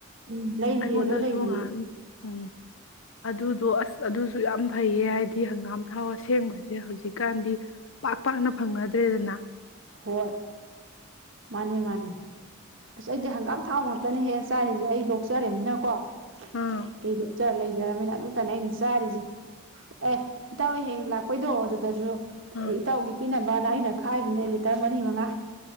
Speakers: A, on the right; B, on the left.
A: ꯎꯝ ꯂꯩꯔꯤꯌꯦ
B: ꯑꯩꯉꯣꯟꯗꯁꯨ
A: ꯑꯗꯣ ꯂꯩꯔꯤꯌꯦ
B: ꯉꯍꯥꯟ ꯎꯝ ꯑꯗꯨꯗꯣ ꯑꯁ ꯑꯗꯨꯁꯨ ꯌꯥꯝ ꯐꯩꯌꯦ ꯍꯥꯏꯗꯤ ꯍꯪꯒꯥꯝ ꯊꯥꯎ ꯑꯁꯦꯡꯕ ꯍꯧꯖꯤꯛꯀꯥꯟꯗꯤ ꯄꯥꯛ ꯄꯥꯛꯅ ꯐꯪꯅ ꯔꯦꯗꯅ
A: ꯍꯣꯏ ꯃꯥꯅꯦ ꯃꯥꯅꯦ ꯑꯁ ꯑꯩꯗꯤ ꯍꯪꯒꯥꯝ ꯊꯥꯎ ꯉꯥꯛꯛꯇꯅꯦꯍꯦ ꯆꯥꯔꯤꯁꯦ ꯑꯩ ꯂꯣꯛꯆꯔꯅꯤꯅꯀꯣ
B: ꯑꯥ
A: ꯀꯩꯗ ꯆꯥ ꯂꯩꯖꯔꯝꯅꯤꯅ ꯑꯗꯨꯇꯅꯦ ꯑꯩꯅ ꯆꯥꯔꯤꯁꯦ ꯑꯦ ꯏꯇꯥꯎ ꯍꯌꯦꯡ ꯂꯥꯛꯄꯩꯗꯣ ꯑꯗꯨꯗꯁꯨ ꯑꯦ
B: ꯑꯥ
A: ꯏꯇꯥꯎꯒꯤ ꯄꯤꯅꯕ <unintelligible> ꯇꯔ ꯃꯔꯤ ꯃꯉꯥ